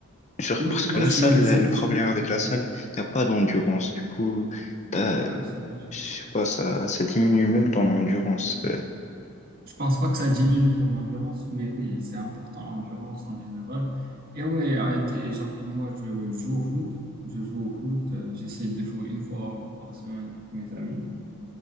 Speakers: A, on the left (about 30°); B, on the right (about 40°).
A: genre,
B: ouais,
A: parce
B: moi
A: que la
B: je
A: salle,
B: joue
A: la- le
B: au
A: problème
B: foot.
A: avec la salle, il n'y a pas d'endurance. Du coup, t'as,
B: Ouais, c'est vrai.
A: je sais pas, ça, ça diminue même ton endurance. Euh,
B: Je pense pas que ça diminue ton endurance, mais oui, c'est important l'endurance en général. Et oui, genre moi je joue au foot, je joue au foot, euh, j'essaie de jouer une fois par semaine avec mes amis.